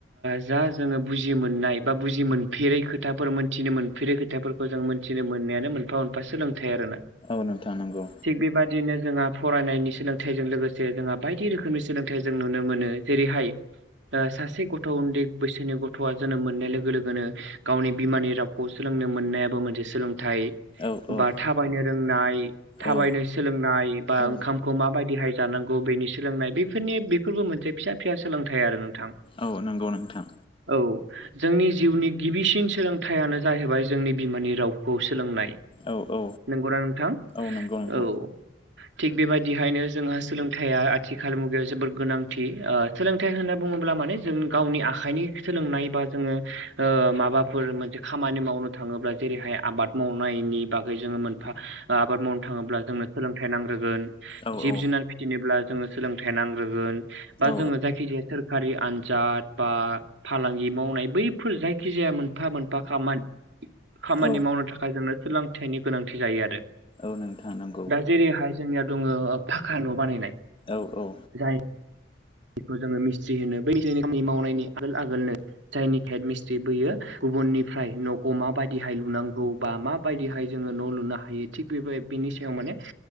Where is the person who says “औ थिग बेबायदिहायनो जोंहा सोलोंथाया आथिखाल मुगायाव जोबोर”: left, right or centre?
Right